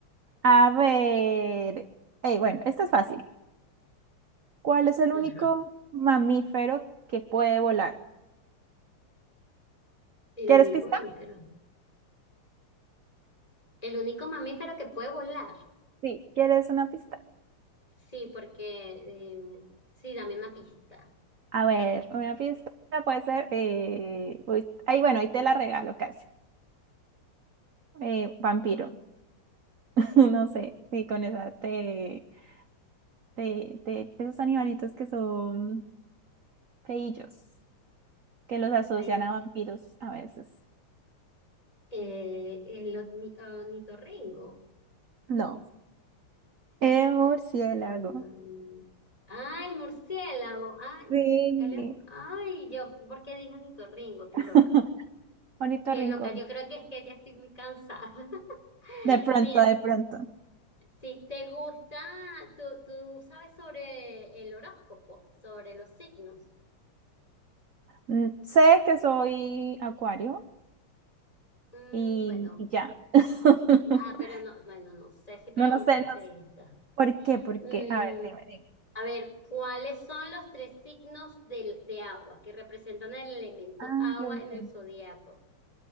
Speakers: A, on the right; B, on the left.
A: A ver. Ey, bueno, esto es fácil. ¿Cuál es el
B: Ajá.
A: único mamífero que puede volar?
B: El
A: ¿Quieres
B: único
A: pista?
B: mamífero. El único mamífero que puede volar.
A: Sí, ¿quieres una pista?
B: Sí, porque eh, sí, dame una pista.
A: A ver, una pista puede ser, eh, uy, ay, bueno, ahí te la regalo casi. Eh, vampiro, <laughs> no sé, sí, con esa te, te, te- esos animalitos que son feillos, que los asocian
B: Ay,
A: a vampiros a veces.
B: eh, el orni- ornitorrinco.
A: No, eh, murciélago.
B: Em, ay, murciélago. Ay,
A: Sí.
B: chico, el- ay, yo, ¿por qué dije ornitorrinco? Qué
A: <laughs>
B: loca.
A: Bonito
B: Qué
A: rincón.
B: loca, yo creo que es que ya estoy muy cansada. <laughs>
A: De pronto,
B: Mira,
A: de pronto.
B: si te gusta, tú, tú sabes sobre el horóscopo, sobre los signos.
A: Mm, Sé que soy acuario,
B: Mm,
A: y,
B: bueno,
A: y ya. <laughs>
B: ah, pero no, bueno, no sé si preguntarte
A: No, no sé, no sé.
B: esta.
A: ¿Por qué? ¿Por
B: Mm,
A: qué? A ver, dime, dime.
B: a ver, ¿cuáles son los tres signos del- de, agua que representan el elemento
A: Ay,
B: agua
A: Dios
B: en
A: mío.
B: el zodiaco?